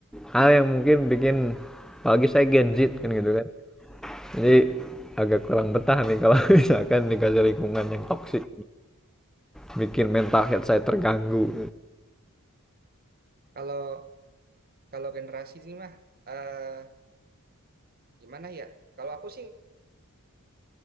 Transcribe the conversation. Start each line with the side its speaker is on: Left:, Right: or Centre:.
Centre: hal yang mungkin bikin apalagi saya Gen
Right: Heeh.
Centre: Z kan gitu kan. Jadi agak kurang betah nih kalau <laughs> misalkan dikasih lingkungan yang toksik, bikin mental health saya terganggu.
Right: Kalau kalau generasi ini mah eh gimana ya? Kalau aku sih